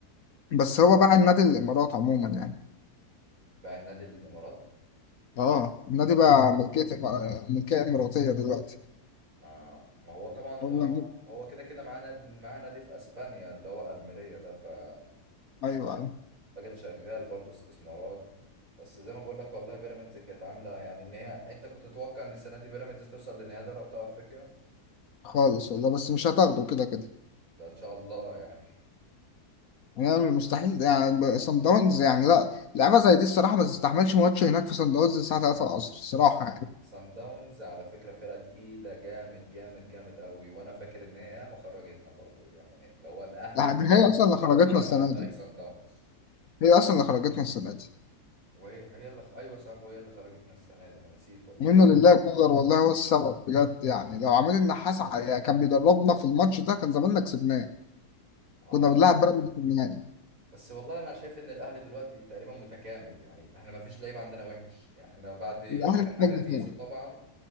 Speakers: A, on the left; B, on the right.
A: بس هو بقى النادي الامارات عموما يعني
B: باع النادي الامارات
A: اه النادي بقى ملكيه ملكيه اماراتيه دلوقتي
B: اه ما هو طبعا ما
A: والله
B: هو كده كده معاه نادي معاه نادي في اسبانيا اللي هو الميريا ده فالراجل
A: ايوه ايوه
B: شغال برضه استثمارات بس زي ما بقول لك والله بيراميدز كانت عامله يعني ان هي انت كنت تتوقع ان السنه دي بيراميدز توصل لنهائي دوري ابطال افريقيا
A: خالص والله بس مش هتاخده كده كده
B: ده ان شاء الله يعني
A: يعني مستحيل يعني صن داونز يعني لا لعبه زي دي الصراحه ما تستحملش ماتش هناك في صن داونز الساعه 3 العصر الصراحه
B: سان
A: يعني
B: سان داونز على فكرة فرقة تقيلة جامد جامد جامد قوي وانا فاكر ان هي ما خرجتنا برضو يعني اللي هو الاهلي
A: لا،
B: بجبروته
A: دي هي اصلا
B: خر-
A: اللي خرجتنا
B: خرج
A: السنه
B: عن طريق
A: دي
B: سان داونز
A: هي اصلا اللي خرجتنا السنه دي
B: وهي هي اللي خ- ايوه صح وهي اللي خرجتنا السنة دي انا نسيت والله
A: ومنه لله كولر والله هو السبب بجد يعني لو عماد النحاس ع- يعني كان بيدربنا في الماتش ده كان زماننا كسبناه
B: انا
A: كنا بنلعب بيراميدز في النهائي
B: بس والله انا شايف ان الاهلي دلوقتي تقريبا متكامل يعني احنا ما فيش لعيب عندنا وحش احنا بعد اخر
A: الاهلي
B: حاجة
A: كسبنا.
B: زيزو طبعا